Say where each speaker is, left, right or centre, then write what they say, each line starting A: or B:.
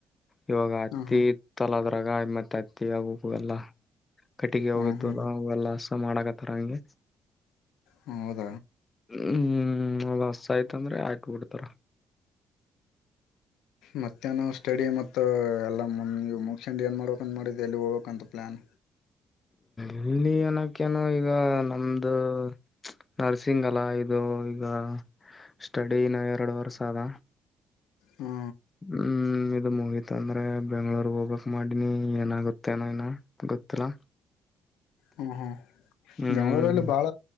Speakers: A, on the left; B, on the left.
A: ಇವಾಗ ಹತಿ
B: ಹಾಂ
A: ತಲದ್ರ. ಗಾಯಿ ಮತ್ತೆ ಹತ್ತ ಆಗು ಎಲ್ಲ. ಕಟ್ಟಿಗೆ
B: ಹಾಂ
A: ಹೋಗಿದ್ದುಲ್ಲಲ್ಲ.
B: ಹ್ಞೂ ಹ್ಞೂ
A: ಸ ಮಾಡಕತ್ತಾರ ಹಂಗೆ.
B: ಹೌದ.
A: ಹ್ಮ್ ಅದು ಹಸ ಆಯ್ತಂದ್ರೆ ಆಯಕಬ ಬಿಡ್ತಾರ.
B: ಮತ್ತ್ಯಾನ ಸ್ಟಡಿ ಮ ಎಲ್ಲ ಇವು ಮುಗಸಂಡಿ ಏನ್ ಮಾಡ್ಬೇಕಂತ ಮಾಡಿದ್ದ ಎಲ್ಲಿ ಹೋಗ್ಬೇಕಂತ ಪ್ಲ್ಲಾನ್.
A: ಇಲ್ಲಿ ಏನಕ್ಕೇನೋ ಈಗ ನಮ್ದು ನರ್ಸಿಂಗ್ ಅಲ್ಲ ಇದು ಈಗ ಸ್ಟಡಿನ ಎರಡು ವರ್ಷ ಅದ.
B: ಹ್ಞೂ
A: ಹ್ಮ್. ಮುಗೀತ ಅಂದ್ರೆ ಬೆಂಗ್ಳೂರ್ ಹೋಗ್ಬೇಕಕ್ ಮಾಡಿನಿ ಏನಾಗತ್ತೇನೋ ನ ಗೊತ್ತಿಲ್ಲಾ.
B: ಹಾ ಹಾ.
A: ಹ್ಮ್
B: ಬೆಂಗಳೂರಲ್ಲಿ ಬಾಳ